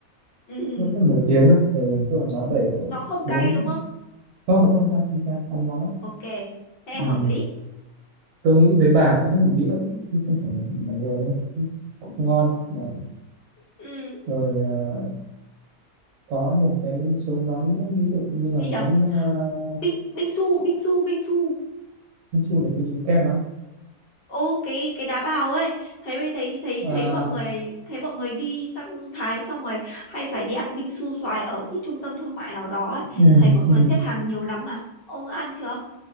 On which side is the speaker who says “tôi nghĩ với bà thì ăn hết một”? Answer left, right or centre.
Right